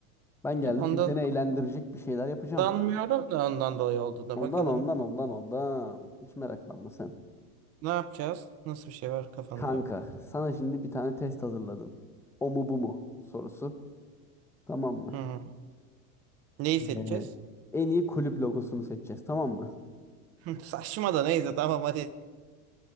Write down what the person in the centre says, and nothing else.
Ben geldim
şimdi seni eğlendirecek bir şeyler yapacağım.
Ondan
ondan ondan ondan. Hiç meraklanma sen.
Kanka sana şimdi bir tane test hazırladım. O mu bu mu sorusu. Tamam mı?
Ee,
en iyi kulüp logosunu seçeceğiz tamam mı?